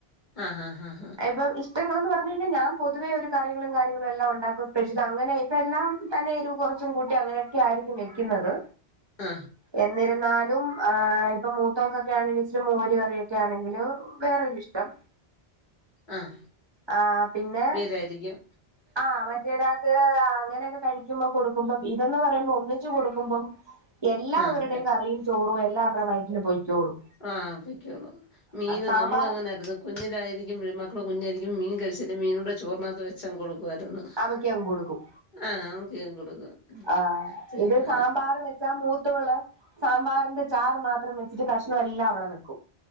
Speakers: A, on the left; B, on the right.
A: ആ ആ ഹാ
B: ഇപ്പൊ ഇഷ്ടങ്ങളന്ന് പറഞ്ഞു കഴിഞ്ഞാ ഞാൻ പൊതുവെ ഒരു കറിയങ്ങളും കാര്യങ്ങളും എല്ലാം ഒണ്ടാക്കും സ്പെഷ്യൽ അങ്ങനെ ഇപ്പൊ എല്ലാം തന്നെ എ രു കൊറച്ചും കൂട്ടി അങ്ങനെക്കെ ആയിരിക്കും വെക്കുന്നത്.
A: ആ
B: എന്നിരുന്നാലും ഇപ്പൊ മൂത്തോക്കൊക്കെ ആണെ ഇച്ചിരി മോരി കറിയൊക്കെ ആണങ്കിലും. വേറോരു ഇഷ്ടം.
A: ആഹ്
B: ആപിന്നെ
A: പെരികും
B: ആ മറ്റരാക്ക് അങ്ങനെ കഴിക്കുമ്പോ കൊടുക്കുമ്പം ഇതെന്ന് പറയുമ്പോ ഒന്നിച്ച് കൊടുക്കുമ്പോം എല്ലാവരുടെയും
A: ആഹ്
B: കറിയും. ചോറും എല്ലാറുടെ വൈറ്റില് പോയ്ക്കോലും.
A: ആപൊക്കോളു മീന്
B: സാമ്പാർ
A: നമ്മളങ്ങനെ എട്തു കുഞ്ഞിലായിരിക്കും മീൻ മക്കള് കുഞ്ഞായിരിക്കും മീൻ കഴിച്ചിട്ട് മീനോട്‌ ചോറ് നാത് വെച്ചങ് കൊടുക്കുവായിരുന്നു.
B: അവക്ക് ഞാ കൊടുക്കും.
A: ആഹ് അവക്കെയങ് കൊടുക്കും.
B: ആ
A: ആഹ്
B: ഇത് സാമ്പാറ് വെച്ചാ മൂത്തവള് സാമ്പാറിന്റെ ചാറ് മാത്രംമ ഇച്ചിരി കഷ്ണം എല്ലാം അവിടെ വെക്കും.